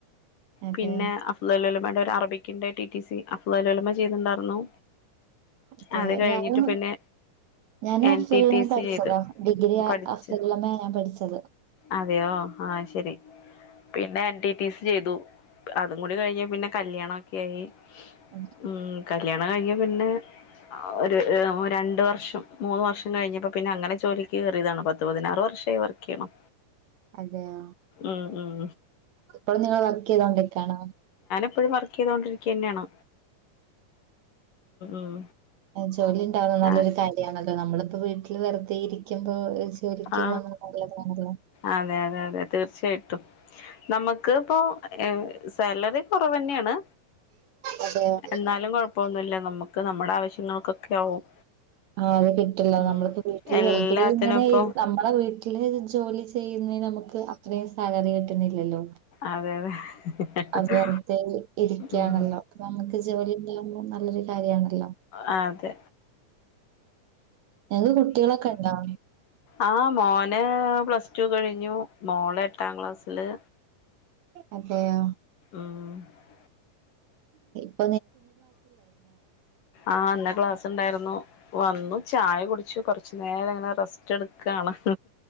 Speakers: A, on the right; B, on the left.
A: അതെ
B: പിന്നെ <unintelligible> അറബിക്കിന്റെ ടി ടി സി അഫദലോലമ ചെയ്തിണ്ടായിരുന്നു
A: അതെ
B: അത് കഴിഞ്ഞിട്ട്
A: ഞാനും
B: പിന്നെ
A: ഞാനും
B: എൻ ടി
A: ൻ
B: ടി സി
A: പഠിച്ചതാ
B: ചെയ്ത്
A: ഡിഗ്രി
B: പഠിച്ച്
A: അഫ്സലള്ളമ്മയാ ഞൻ പഠിച്ചത്
B: അതെയോ ആ ശരി പിന്നെ എന്റൈറ്റീസ് ചെയ്തു അതും കൂടി കഴിഞ്ഞ പിന്നെ കല്യാണം ഒക്കെ ആയി
A: ഉം.
B: മ് കല്യാണം കഴിഞ്ഞ പിന്നെ ഒരു രണ്ടു വർഷം മൂന്ന് വർഷം കഴിഞ്ഞപ്പോ പിന്നെ അങ്ങനെ ജോലിക്ക് കയറിയതാണ് പത്തു പതിനാറ് വർഷമായി വർക്ക് ചെയ്യണു
A: അതെയോ
B: ഉം ഉം
A: ഇപ്പള്ളും നിങ്ങൾ വർക്ക് ചെയ്തോണ്ടിക്കണോ
B: എപ്പോഴും വർക്ക് ചെയ്തൊണ്ടിരിക്കുക തന്നെയാണ് ഉം
A: ജോലി ഉണ്ടാവുന്ന നല്ലൊരു
B: ആഹ്
A: കാര്യമാണല്ലോ നമ്മള് പ്പ വീട്ടില് വെറുതെ ഇരിക്കുമ്പോ ജോലിക്ക്
B: ആ
A: പോകുന്നത് നല്ലതാണല്ലോ
B: അതെ അതെ അതെ തീർച്ചയായിട്ടും നമക്ക് ഇപ്പോ സാലറി കുറവ്ന്നെയാണ്
A: അതെയോ
B: എന്നാലും കൊഴപ്പൊന്നുമില്ല നമ്മുക്ക് നമ്മുടെ ആവശ്യങ്ങൾക്കൊക്കെ ആവും
A: ആഹ് അത് കിട്ടുള്ള
B: ഉം
A: നമ്മളിപ്പോ വീട്ടിൽ
B: എല്ലാത്തിനും
A: വ ഇങ്ങനെ
B: ഇപ്പൊ
A: ഇരി നമ്മളെ വീട്ടില് ജോലി ചെയ്യുന്നതിന് നമുക്ക് അത്രയും സാലറി കിട്ടുന്നില്ലല്ലോ
B: അതെ അതെ
A: അത് വെറുതെ ഇരിക്കയാണല്ലോ
B: ഉം
A: അപ്പേ നമുക്ക് ജോലി കിട്ടിയ നല്ലൊരു കാര്യമാണല്ലോ
B: അ അതെ
A: ഞങ്ങള് കുട്ടികളെ കണ്ടോ?
B: ആ മോനെ പ്ലസ് ടു കഴിഞ്ഞു മോള് എട്ടാം ക്ലാസില്
A: അതെയോ
B: ഉം
A: അ
B: ആഹ എന്ന ക്ലാസ് ഉണ്ടായിരുന്നു വന്നു ചായ കുടിച്ച്ു കൊറച്ചു നേരം അങ്ങനെ റസ്റ്റ് എടുക്കാണ്